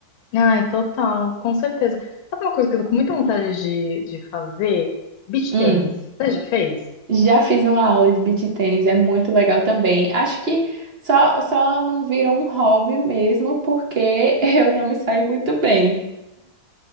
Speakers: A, on the left; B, on the right.
A: Ai, total, com certeza. Sabe uma coisa que eu tô com muita vontade de, de fazer? Beach
B: Hum,
A: tênis. Você já fez?
B: já fiz uma aula de beach tênis, é muito legal também. Acho que só, só não virou um hobby mesmo, porque <laughs> eu não me saí muito bem.